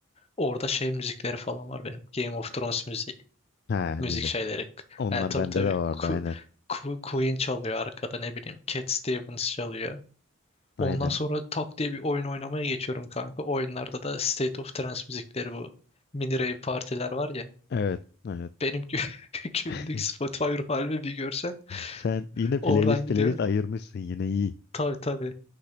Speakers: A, on the left (about 30°); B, on the left (about 50°).
A: Orada şey müzikleri falan var benim. Game of Thrones müziği.
B: ha öyle.
A: Müzik şeyleri.
B: Onlar
A: Yani tabii
B: bende
A: tabii
B: de vardı
A: Ku-
B: aynen.
A: Ku- Queen çalıyor arkada ne bileyim. Cat Stevens çalıyor.
B: Aynen.
A: Ondan sonra tak diye bir oyun oynamaya geçiyorum kanka. Oyunlarda da State of Trance müzikleri bu mini rave partiler var ya
B: Evet. Evet.
A: benim gü- <laughs> günlük
B: <laughs>
A: Spotify halimi bir görsen
B: Sen yine playlist
A: oradan gidiyor.
B: playlist ayırmışsın yine iyi.
A: Tabii tabii.